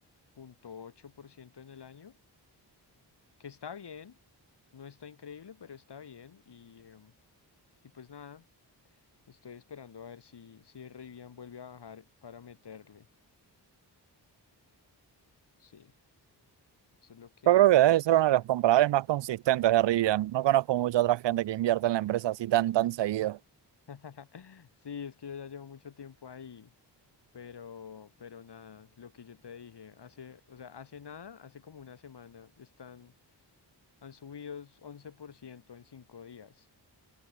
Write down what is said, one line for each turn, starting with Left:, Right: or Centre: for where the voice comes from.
Left: punto ocho por ciento en el año, que está bien, no está increíble, pero está bien. Y, em, y pues nada. Estoy esperando a ver si, si Rivian vuelve a bajar para meterle. Sí, eso es lo que
Right: Yo creo que
Left: ando
Right: debe ser
Left: esperando.
Right: uno de los compradores más consistentes de Rivian. No conozco mucha otra gente que invierta en la empresa así tan, tan seguido.
Left: <laughs> Sí, es que yo ya llevo mucho tiempo ahí, pero, pero nada, lo que yo te dije, hace, o sea, hace nada, hace como una semana, están, han subido 11% en cinco días,